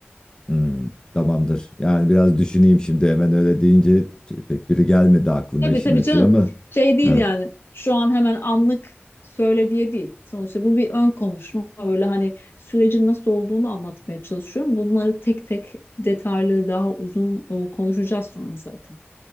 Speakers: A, on the left (about 20°); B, on the left (about 65°).
A: Hmm, tamamdır. Yani biraz düşüneyim şimdi hemen öyle deyince t- pek biri gelmedi aklıma
B: Tabii
A: işin
B: tabii
A: açığı
B: canım
A: ama.
B: şey değil
A: Hı,
B: yani şu an hemen anlık söyle diye değil. Sonuçta bu bir ön konuşma böyle hani sürecin nasıl olduğunu anlatmaya çalışıyorum. Bunları tek tek detaylı daha uzun e, konuşacağız sonra zaten.